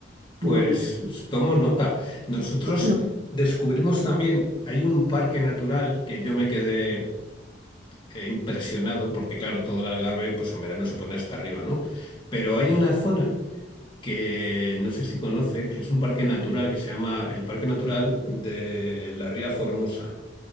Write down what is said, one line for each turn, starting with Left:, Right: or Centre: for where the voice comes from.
Left: Pues
Right: muy bonito.
Left: tomo nota. Nosotros
Right: No,
Left: descubrimos también, hay un parque natural que yo me quedé eh, impresionado, porque claro, todo el Algarve pues en verano se pone hasta arriba, ¿no? Pero hay una zona que no sé si conoces, que es un parque natural que se llama el Parque Natural de la Ría Formosa.